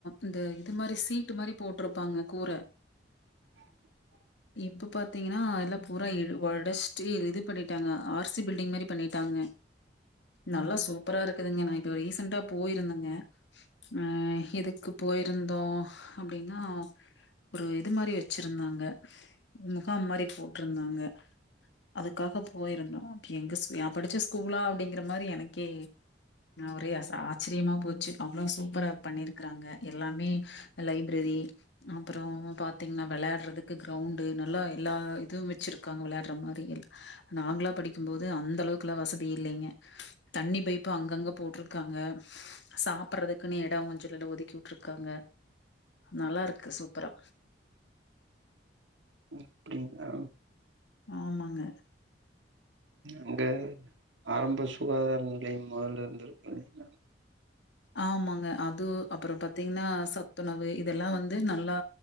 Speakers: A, on the left; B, on the right.
A: இந்த இது மாரி சீட் மாரி போட்டிருப்பாங்க கூர
B: <inaudible>
A: இப்ப பாத்தீங்கன்னா எல்லா பூரா இ ஒடச்சுட்டு இது பண்ணிட்டாங்க ஆர்சி பில்டிங் மாரி பண்ணிட்டாங்க நல்லா சூப்பரா இருக்குதுங்க ந இப்ப ரீசன்டா போயிருந்தங்க அ எதுக்கு போயிருந்தோ அப்டின்னா ஒரு இது மாரி வெச்சிருந்தாங்க முகாம் மாரி போட்டிருந்தாங்க அதுக்காக போயிருந்தோ எங்க ஸ் நா படிச்ச ஸ்கூலா அப்டிங்கிற மாரி எனக்கே ஒரே ஆச்சரியமா போச்சு அவ்ளோ சூப்பரா பண்ணிருக்கறாங்க எல்லாமே லைப்ரரி அப்பறோ பாத்தீங்ன்னா வெளையாட்றதுக்கு கிரௌண்டு நல்லா எல்லா இதுவு வெச்சிருக்காங்க விளையாட்ற மாரி எல் நாங்ளா படிக்கும்போது அந் தளவுக்லா வசதி இல்லைங்க தண்ணி பைப்பு அங்கங்க போட்டிருக்காங்க சாப்பறதுக்குன்னே எடோ கொஞ்சணோட்டு ஒதுக்கி வுட்டுருக்காங்க நல்லா இருக்கு சூப்பரா
B: ம் அப்டிங்ளா
A: ஆமாங்க
B: அங்க ஆரம்ப சுகாதார நிலையம் மொதல்ல இருந்துக்கு இல்லிங்ளா
A: ஆமாங்க அது அப்பறோ பாத்தீங்ன்னா சத்துணவு இதெல்லா வந்து நல்லா